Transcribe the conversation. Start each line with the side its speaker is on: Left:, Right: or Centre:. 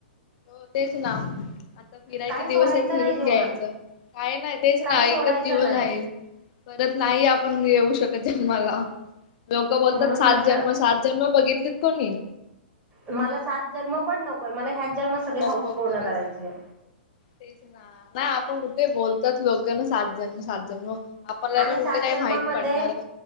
Left: हो तेच ना. आता फिरायचे
Right: काही
Left: दिवस
Right: सोडायचं
Left: आहेत. फिरून
Right: नाही जीवनात
Left: घ्यायचं. काय नाही तेच
Right: काही
Left: ना एकच
Right: सोडायचं
Left: जीवन
Right: नाही
Left: आहे. परत नाही आपण येऊ शकत जन्माला. लोक बोलतात
Right: म्हणून
Left: सात
Right: म्हंटलं
Left: जन्म. सात जन्म बघितलीत कोणी?
Right: मला सात जन्म नकोय पण मला ह्याच जन्मांत सगळी
Left: नको
Right: हाऊस
Left: खरच
Right: पूर्ण करायची.
Left: तेच ना नाही आपण कुठे बोलतात लोकांना सात जन्म सात जन्म. आपल्याला
Right: आणि
Left: कुठे
Right: सात
Left: काही
Right: जन्मामध्ये
Left: माहित पडणार आहे.